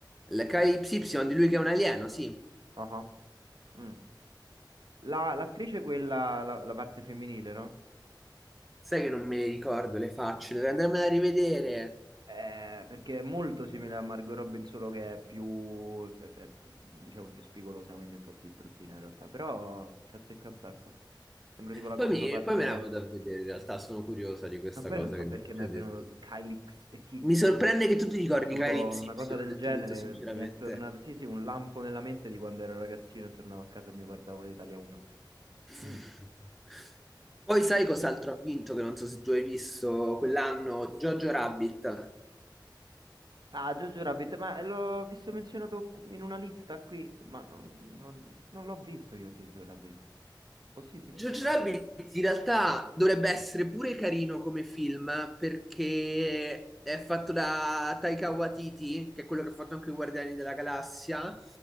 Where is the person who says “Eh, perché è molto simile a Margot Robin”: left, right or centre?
Right